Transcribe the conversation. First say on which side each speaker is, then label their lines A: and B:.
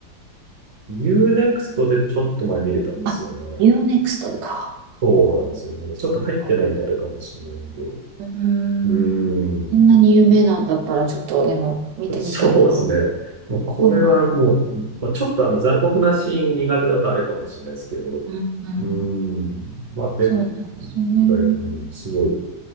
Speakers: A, on the right; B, on the right.
A: Unext でちょっと前見れたんですよね。
B: あ、UNEXT か。
A: そうなんですよ。まだちょっと入ってないとあれかもしれないけど。
B: そううーん。
A: うーん。
B: そんなに有名なんだったら、ちょっとでも見てみたいな。
A: そうですね。もうこれはもう、
B: そうなんです。
A: まあ、ちょっとあの残酷なシーン苦手だとあれかもしれないですけど。
B: うん、うん。
A: うーん。まあでも、
B: そうなんですよね。
A: だい、うん、すごい、